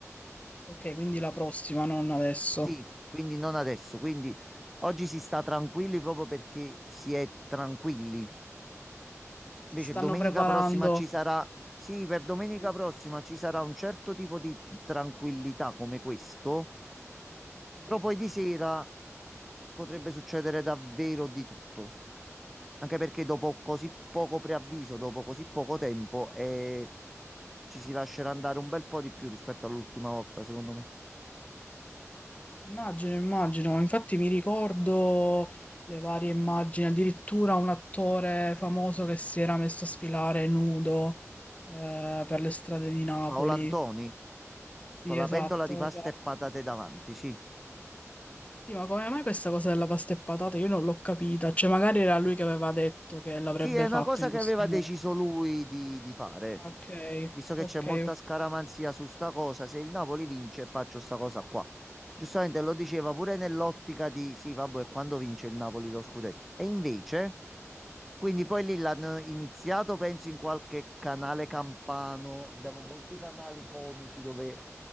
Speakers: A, on the left (about 25°); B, in the centre.
A: ok, quindi la prossima, non adesso.
B: Sì, quindi non adesso. Quindi oggi si sta tranquilli proprio perché si è tranquilli.
A: Si
B: Invece
A: stanno
B: domenica
A: preparando.
B: prossima ci sarà, sì, per domenica
A: Sì.
B: prossima ci sarà un certo tipo di tranquillità come questo,
A: Mhm.
B: però poi di sera potrebbe succedere davvero di tutto. Anche perché dopo così poco preavviso, dopo così poco tempo, eh, ci si lascerà andare un bel po' di più rispetto all'ultima volta, secondo me.
A: Immagino, immagino, infatti mi ricordo le varie immagini, addirittura un attore famoso che si era messo a sfilare nudo eh, per le strade di Napoli.
B: Paolo Antoni
A: Sì,
B: con la
A: esatto,
B: pentola di pasta
A: esatto.
B: e patate davanti, sì.
A: Sì, ma come mai questa cosa della pasta e patate? Io non l'ho capita, cioè magari era lui che aveva detto che l'avrebbe
B: Sì, è una
A: fatto
B: cosa
A: in
B: che
A: questo
B: aveva
A: modo.
B: deciso lui di, di fare.
A: Ok,
B: Visto che
A: ok,
B: c'è molta
A: ok.
B: scaramanzia su sta cosa, se il Napoli vince faccio sta cosa qua. Giustamente lo diceva pure nell'ottica di sì, vabbè, quando vince il Napoli lo scudetto. E invece, quindi poi lì l'hanno iniziato, penso, in qualche canale campano. Abbiamo molti canali comici dove